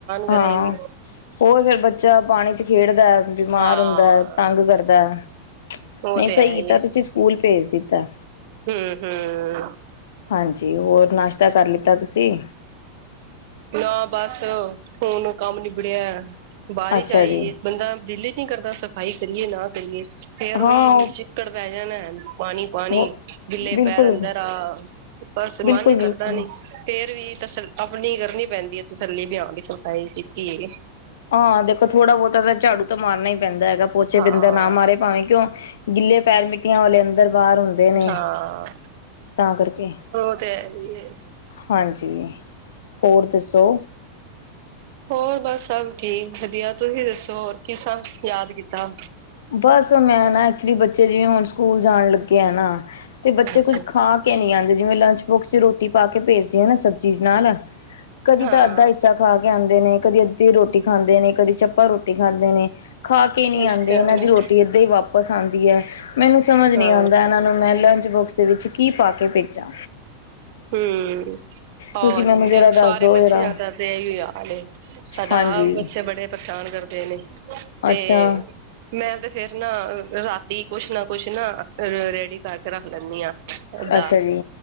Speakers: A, on the right; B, on the left.
A: ਗਰੇਹੀ।
B: ਹਾਂ ਹੋਰ ਫੇਰ ਬੱਚਾ ਪਾਣੀ ਚ ਖੇਡਦਾ ਬੀਮਾਰ
A: ਹਾਂ
B: ਹੁੰਦਾ ਤੰਗ ਕਰਦਾ ਐ।
A: ਉਹ
B: ਨਈ
A: ਤੇ
B: ਸਈ
A: ਹੈ
B: ਕੀਤਾ
A: ਹੀ
B: ਤੁਸੀਂ ਸਕੂਲ ਭੇਜ ਦਿੱਤਾ।
A: ਹੂੰ-ਹੂੰ।
B: ਹਾਂਜੀ, ਹੋਰ ਨਾਸ਼ਤਾ ਕਰ ਲਿੱਤਾ? ਤੁਸੀਂ
A: ਨਾ ਬਸ ਹੁਨ ਕੰਮ ਨਿਬੜਿਆ। ਬਾਰਿਸ਼
B: ਅੱਛਾ
A: ਆਈ
B: ਜੀ
A: ਬੰਦਾ ਦਿਲ ਈ ਨੀ ਕਰਦਾ ਸਫ਼ਾਈ ਕਰੀਏ ਨਾ ਕਰੀਏ ਫੇਰ ਓਹੀ
B: ਹਾਂ
A: ਵਿੱਚ <inaudible> ਪਾਣੀ-ਪਾਣੀ
B: ਉਹ
A: ਗਿੱਲੇ
B: ਬਿਲਕੁਲ
A: ਪੈਰ ਅੰਦਰ ਆ ਬਸ ਮਨ
B: ਬਿਲਕੁਲ
A: ਈ ਕਰਦਾ
B: ਬਿਲਕੁਲ
A: ਨੀ। ਫੇਰ ਵੀ ਤਸ ਆਪਣੀ ਕਰਨੀ ਪੈਂਦੀ ਹੈ ਤਸੱਲੀ ਬੀ ਆ ਵੀ ਸਫਾਈ ਕੀਤੀ ਏ।
B: ਹਾਂ ਦੇਖੋ ਥੋੜਾ ਬਹੁਤਾ ਤਾਂ ਝਾੜੂ ਤਾਂ ਮਾਰਨਾ ਈ ਪੈਂਦਾ ਹੈਗਾ ਪੋਚੇ
A: ਹਾਂ-ਹਾਂ
B: ਬਿੰਦਾ ਨਾ ਮਾਰੇ ਭਾਵੇਂ ਕਿਉਂ। ਗਿੱਲੇ ਪੈਰ ਮਿੱਟੀਆਂ ਵਾਲੇ ਅੰਦਰ ਬਾਹਰ ਹੁੰਦੇ। ਨੇ
A: ਹਾਂ
B: ਤਾਂ ਕਰਕੇ
A: ਓ ਤੇ ਹੈ ਵੀ ਹੈ।
B: ਹਾਂਜੀ, ਹੋਰ ਦੱਸੋ।
A: ਹੋਰ ਬਸ ਸਭ ਠੀਕ ਵਧੀਆ ਤੁਸੀਂ ਦੱਸੋ ਹੋਰ ਕੀਸਾ ਯਾਦ ਕੀਤਾ।
B: ਬਸ ਮੈਂ ਨਾ ਐਕਚੁਲੀ ਬੱਚੇ ਜਿਵੇਂ ਹੁਣ ਸਕੂਲ ਜਾਣ ਲੱਗੇ ਆ ਨਾ। ਤੇ ਬੱਚੇ
A: ਅੱਛਾ
B: ਕੁੱਝ ਖਾ ਕੇ ਨੀ ਆਂਦੇ ਜਿਵੇਂ ਲੰਚ ਬੋਕਸ ਚ ਰੋਟੀ ਪਾ ਕੇ ਭੇਜਦੇ ਆ ਨਾ ਸਬਜ਼ੀ ਨਾਲ ਕਦੀ
A: ਹਾਂ
B: ਤਾਂ ਅੱਧਾ ਹਿੱਸਾ ਖਾ ਆਂਦੇ ਨੇ ਕਦੀ ਅੱਧੀ ਰੋਟੀ ਖਾਂਦੇ ਨੇ ਕਦੀ ਚੱਪਾ ਰੋਟੀ ਖਾਂਦੇ ਨੇ ਖਾ ਕੇ ਨੀ
A: ਅੱਛਾ।
B: ਆਂਦੇ। ਏਨਾਂ ਦੀ ਰੋਟੀ ਏਦਾਂ ਹੀ ਵਾਪਿਸ ਆਂਦੀ ਐ ਮੈਨੂੰ ਸਮਝ
A: ਹਾਂ
B: ਨੀ ਆਂਦਾ ਏਨਾਂ ਨੂੰ ਮੈਂ ਲੰਚ ਬੋਕਸ ਦੇ ਵਿੱਚ ਕੀ ਪਾ ਕੇ ਭੇਜਾਂ।
A: ਹੂੰ,
B: ਤੁਸੀਂ
A: ਆਹੋ
B: ਮੈਨੂੰ ਜਰਾ
A: ਦੇਖ
B: ਦੱਸ
A: ਸਾਰੇ
B: ਦੋ
A: ਬੱਚੇਆਂ
B: ਜਰਾ
A: ਦਾ ਤੇ ਏਹੀ ਹਾਲ ਏ। ਸਾਡਾ
B: ਹਾਂਜੀ
A: ਆਪ ਬੱਚੇ ਬੜੇ ਪ੍ਰੇਸ਼ਾਨ ਕਰਦੇ ਨੇ ਤੇ।
B: ਅੱਛਾ
A: ਮੈਂ ਤੇ ਫੇਰ ਨਾ ਰਾਤੀ ਕੁਛ ਨਾ ਕੁਛ ਨਾ ਰੈਡੀ ਕਰਕੇ ਰੱਖ ਲੈਂਨੀ ਆਂ। ਓਦਾ
B: ਅੱਛਾ ਜੀ